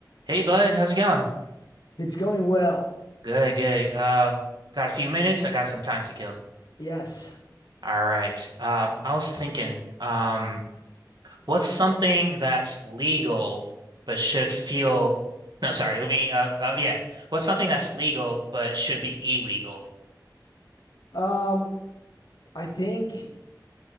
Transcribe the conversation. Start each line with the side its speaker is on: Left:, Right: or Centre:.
Right: Hey bud, how's it going?
Left: It's going well.
Right: Good, good. Um, got a few minutes. I got some time to kill.
Left: Yes.
Right: All right. Um, I was thinking, um, what's something that's legal but should feel no, sorry, let me uh, uh yeah. What's something that's legal but should be illegal?
Left: Um, I think